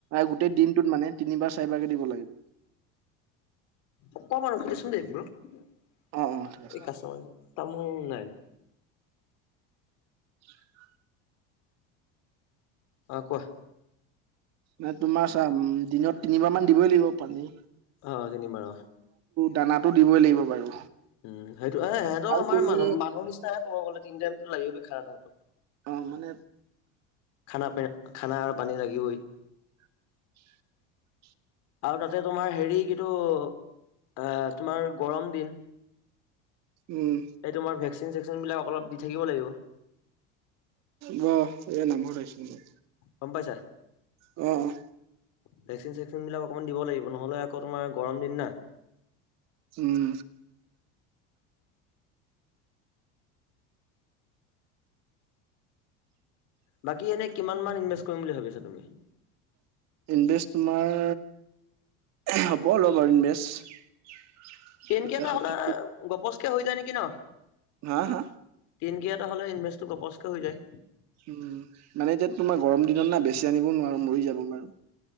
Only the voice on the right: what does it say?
গোটেই দিনটোত মানে তিনিবাৰ চাৰিবাৰ কে দিব লাগিব।
অ অ ঠিক আছে
<inaudible>
নাই তোমাৰ চোৱা দিনত তিনিবাৰ মান দিবই লাগিব পানী।
দানাতো দিবই লাগিব বাৰু।
আৰু
তুমি
অহ' মানে।
<unintelligible>
উম
বহ। এই নামত আহিছো মই।
অ'- অ'।
উম।
ইণ্ভেষ্ট তোমাৰ <unintelligible> ইনভেষ্ট।
এতিয়া
সঠিক
হা হা
উম' মানে এতিয়া তোমাৰ গৰম দিনত না, বেছি আনিবও নোৱাৰো মৰি যাব বাৰু।